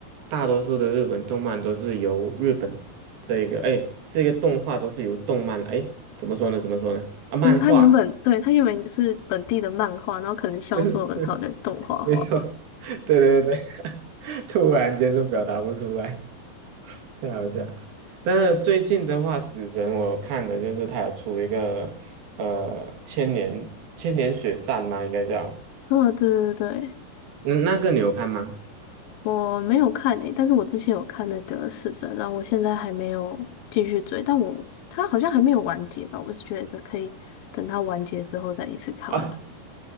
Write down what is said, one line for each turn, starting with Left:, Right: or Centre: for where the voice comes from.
Right: 大多数的日本动漫都是由日本这个，哎，这个动画都是由动漫，哎，怎么说呢？怎么说呢？啊，漫画，
Left: 就是它原本对它原本是本地的漫画，然后可能销售很好就动画化，
Right: <laughs> 就是没错，<laughs> 对对对，<laughs> 突然间就表达不出来。了解，但是最近的话，死神我看的就是他有出一个呃千年千年血战嘛，应该叫，
Left: 哦，对对对。
Right: 嗯，那个你有看吗？
Left: 我没有看诶、但是我之前有看那个《死神》，然后我现在还没有继续追，但我他好像还没有完结吧，我是觉得可以等他完结之后再一次看完。
Right: <laughs> 啊，